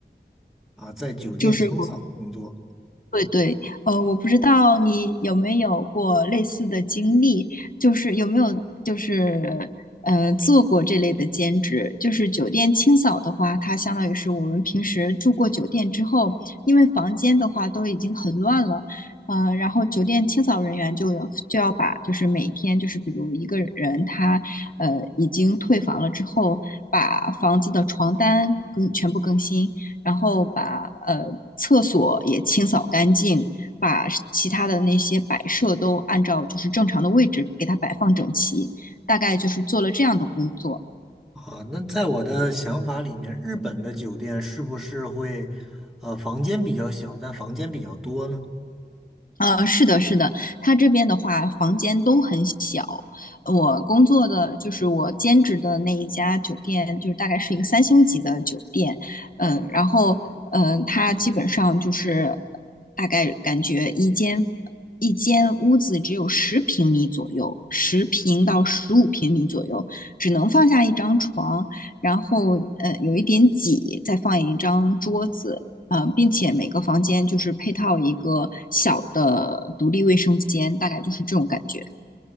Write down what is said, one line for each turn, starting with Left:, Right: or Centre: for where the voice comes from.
Centre: 啊，在酒店清扫工作
Left: 就是我。对对，呃，我不知道你有没有过类似的经历，就是有没有就是呃做过这类的兼职，就是酒店清扫的话，它相当于是我们平时住过酒店之后，因为房间的话都已经很乱了，呃，然后酒店清扫人员就要就要把就是每天就是比如一个人他呃已经退房了之后，把房子的床单更全部更新。然后把呃厕所也清扫干净，把其他的那些摆设都按照就是正常的位置给它摆放整齐，大概就是做了这样的工作。
Centre: 啊？那在我的想法里面，日本的酒店是不是会呃房间比较小，但房间比较多呢？
Left: 呃，是的，是的，他这边的话，房间都很小。我工作的就是我兼职的那一家酒店，就是大概是一个三星级的酒店，嗯、然后嗯、呃它基本上就是大概感觉一间一间屋子只有十平米左右，十平到十五平米左右，只能放下一张床，然后呃有一点挤，再放一张桌子，呃，并且每个房间就是配套一个小的独立卫生间，大概就是这种感觉。